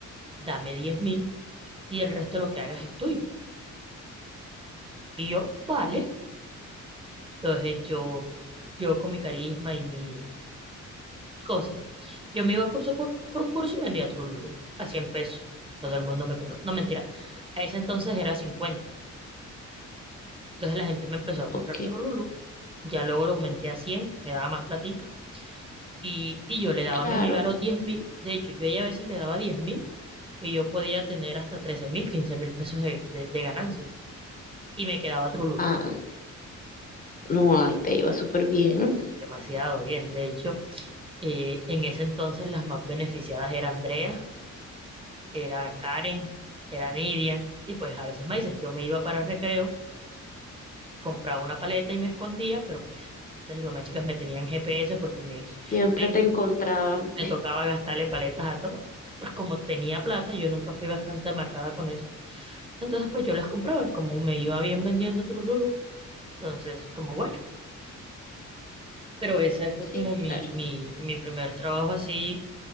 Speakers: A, on the right; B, on the left.
A: dame diez mil y el resto de lo que hagas es tuyo. Y yo, vale. Entonces, yo, yo con mi carisma y mi cosas. Yo me iba curso cur- por curso y vendía Trululú a 100 pesos. Todo el mundo me compró. No, mentira. A ese entonces era 50. Entonces la gente me empezó a comprar
B: Ok,
A: Trululú. Ya luego lo aumenté a 100. me daba más platica. Y, y yo le daba
B: claro.
A: a mi amiga los diez mil. De hecho, yo a ella a veces le daba diez mil y yo podía tener hasta trece mil, quince mil pesos de, de- de ganancia. Y me quedaba Trululú.
B: Ah, no, ahí te iba súper bien.
A: Demasiado bien. De hecho, eh, en ese entonces las más beneficiadas eran Andrea era Karen, era Nidia, y pues a veces Maisen. Yo me iba para el recreo, compraba una paleta y me escondía, pero pues esas más chicas me tenían GPS porque me,
B: Siempre
A: me,
B: te encontraba.
A: me tocaba gastarle paletas a todas. Entonces, pues como tenía plata, yo nunca fui bastante amarrada con eso. Entonces, pues yo las compraba y como me iba bien vendiendo Trululu, entonces, como bueno. Pero ese fue
B: Sí,
A: como mi,
B: claro.
A: mi, mi primer trabajo así,